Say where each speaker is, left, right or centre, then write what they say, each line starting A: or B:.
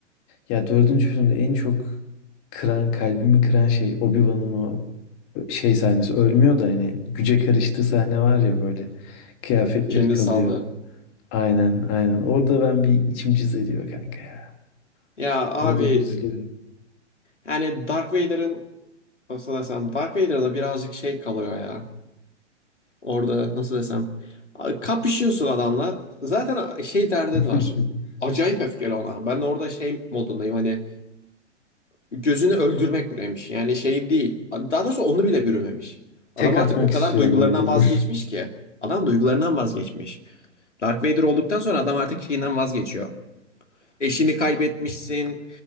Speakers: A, on the left; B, on the left.
A: ya dördüncü filmde en çok kıran, kalbimi kıran şey Obi-Wan'ın o şey sahnesi. Ölmüyor da hani güce karıştığı sahne var ya böyle. Kıyafetleri
B: Kendini
A: kalıyor.
B: saldı.
A: Aynen, aynen. Orada ben bir içim cız ediyor kanka ya.
B: Ya abi
A: Orada bir üzülüyorum.
B: yani Dark Vader'ın Nasıl desem Dark Vader'da birazcık şey kalıyor ya. Orada nasıl desem kapışıyorsun adamla. Zaten şey derdin
A: <laughs>
B: var. Acayip öfkeli ona. Ben orada şey modundayım hani gözünü öldürmek buraymış. Yani şey değil. Daha doğrusu onu bile bürümemiş. Adam
A: Tek
B: artık
A: atmak
B: o kadar
A: istiyor
B: duygularından
A: böyle
B: vazgeçmiş ki. Adam duygularından vazgeçmiş. Dark Vader olduktan sonra adam artık şeyinden vazgeçiyor. Eşini kaybetmişsin.